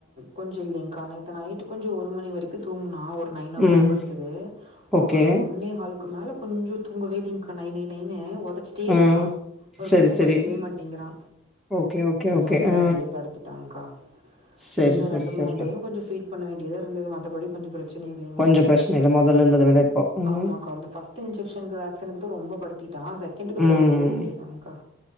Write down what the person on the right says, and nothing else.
கொஞ்சு இல்லங்க்கா நேத்து நைட்டு கொஞ்சோ ஒரு மணி வரைக்கு தூங்குனா ஆ நைன் ஓ கிளாக்
படுத்தது அப்புறம்ந்த
ஒன்னே ஹால் அதுனால கொஞ்சோ தூங்கவே இல்லிங்க்கா நை நை நைன்னு ஒர் பட்ச்சிட்டே இருக்கான்
ஒரு
கடய
படுக்கவே மாட்டேங்குறா
நப்புற
அப்டியே படுத்துட்டான்க்கா
இன்னு
ரெண்டு
மூண் டைம் கொஞ்சு ஃபீட் பண்ண வேண்டியதா இருந்தது மத்தபடி கொஞ்சு பிரச்சினி இல்லைங்க
ஆமாங்கா இந்த பஸ்ட்டு இன்ஜெக்ஷன்க்கு வேக்ஸனுங்குது ரொம்போ படுத்திட்டான் செக்கெண்டுக்கு
தேடுக்கு ஓகேதாங்க்கா